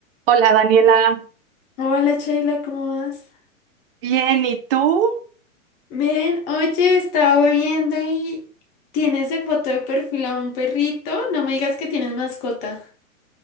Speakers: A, on the right (about 45°); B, on the left (about 25°).
A: Hola Daniela,
B: Hola Sheila, ¿cómo vas?
A: Bien, ¿y tú?
B: Miren, oye, estaba viendo y tienes en foto de perfil a un perrito. No me digas que tienes mascota.